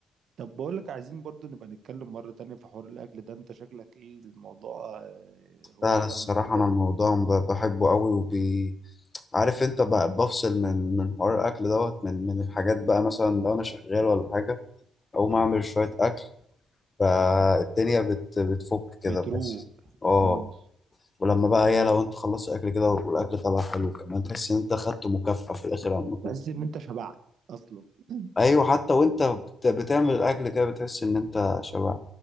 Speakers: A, on the right; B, on the left.
A: طب بقول لك عايزين برضو نبقى نتكلم مرة تانية في حوار الأكل ده أنت شكلك إيه الموضوع آه، هواية
B: لا لا،
A: جامدة
B: الصراحة
A: عندك
B: أنا الموضوع ب- بحبه قوي وبي عارف أنت ب- بفصل من من حوار الأكل دوت من من الحاجات بقى مثلا لو أنا شغال ولا حاجة أقوم أعمل شوية أكل فالدنيا بت بتفك كده
A: بتروق
B: بس أه
A: أه
B: ولما بقى هي لو أنت خلصت أكل كده والأكل طلع حلو كمان تحس إن أنت خدت مكافأة في الآخر عامة
A: تحس إن أنت شبعت أصلا <clears throat>
B: ايوه حتى وانت بت- بتعمل الاكل كده بتحس ان انت شبع